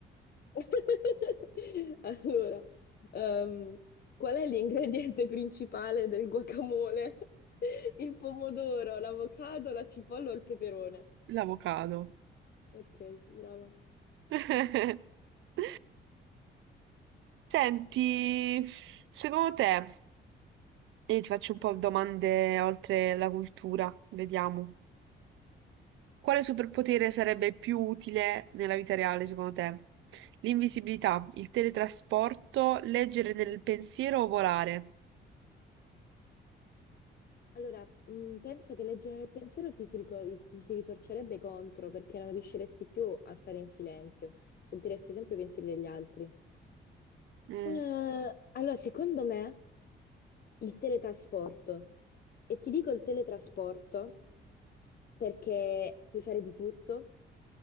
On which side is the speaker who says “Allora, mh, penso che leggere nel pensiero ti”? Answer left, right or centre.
Left